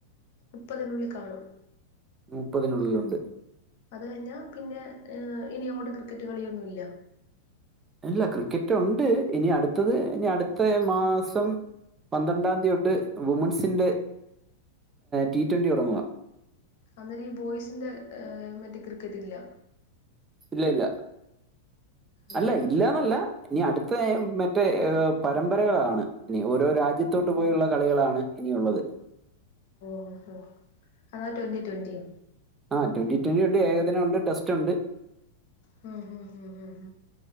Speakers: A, on the left; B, on the right.
A: മുപ്പതിനുള്ളിൽ കാണും
B: മുപ്പതിനുള്ളിലുണ്ട്
A: അത് കഴിഞ്ഞാൽ പിന്നെ ഇനി അങ്ങോട്ട്‌ ക്രിക്കറ്റ് കളിയൊന്നുല്ല
B: ഇല്ല ക്രിക്കറ്റ് ഉണ്ട് ഇനി അടുത്തത് ഇനി അടുത്ത മാസം പന്ത്രണ്ടാം ന്തി തോട്ട് വുമൻസിന്റെ ടി ട്വന്റി തുടങ്ങുക
A: അന്നേരം ഈ ബോയ്സിന്റെ മറ്റേ ക്രിക്കറ്റ്ല്ല
B: ഇല്ല ഇല്ല
A: ഓ
B: അല്ല ഇല്ലാന്നല്ല ഇനി അടുത്തെ മറ്റേ പരമ്പരകളാണ് ഇനി ഓരോ രാജ്യത്തോട്ട് പോയുള്ള കളികളാണ് ഇനിയുള്ളത്
A: ഓഹോ അതാ ട്വന്റി ട്വന്റിയോ
B: ആഹ ട്വന്റി ട്വറി ഉണ്ട് ഏകദിന ഉണ്ട് ടെസ്റ്റ് ഉണ്ട്
A: മ്മ് മ്മ് മ്മ്